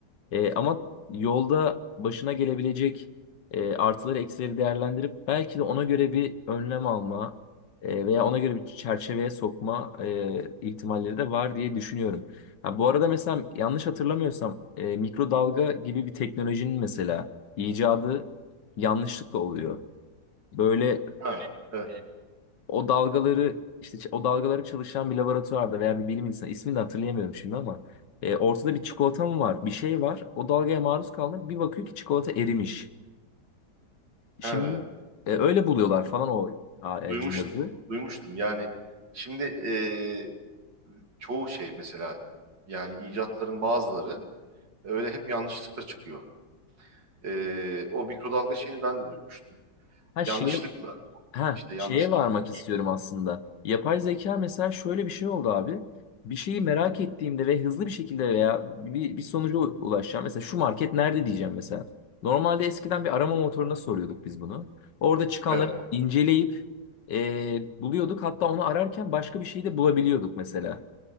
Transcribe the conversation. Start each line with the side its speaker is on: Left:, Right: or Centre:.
Left: E, ama yolda başına gelebilecek e, artıları eksileri değerlendirip belki de ona göre bir önlem alma e, veya ona göre bir çerçeveye sokma e, ihtimalleri de var diye düşünüyorum. Ha, bu arada mesela yanlış hatırlamıyorsam e, mikrodalga gibi bir teknolojinin mesela icadı yanlışlıkla oluyor. Böyle
Right: Ha, evet,
Left: o dalgaları işte ç- o dalgaları çalışan bir laboratuvarda veya bir bilim insanı ismini de hatırlayamıyorum şimdi ama e, ortada bir çikolata mı var bir şey var o dalgaya maruz kaldı bir bakıyor ki çikolata erimiş. Şimdi
Right: evet.
Left: e, öyle buluyorlar falan o a, e,
Right: Duymuştum
Left: cihazı.
Right: onu. Duymuştum. Yani şimdi e, çoğu şey mesela yani icatların bazıları Öyle hep yanlışlıkla çıkıyor. Ee, o mikrodalga şeyini ben de duymuştum.
Left: Her şeye
Right: Yanlışlıkla
Left: Ha,
Right: işte yanlışlıkla
Left: şeye varmak
Right: yapılıyor.
Left: istiyorum aslında. Yapay zeka mesela şöyle bir şey oldu abi. Bir şeyi merak ettiğimde ve hızlı bir şekilde veya bir, bir sonuca u- ulaşacağım. Mesela şu market nerede diyeceğim mesela. Normalde eskiden bir arama motoruna soruyorduk biz bunu. Orada çıkanları
Right: Evet,
Left: inceleyip e, buluyorduk. Hatta onu ararken başka bir şey de bulabiliyorduk mesela.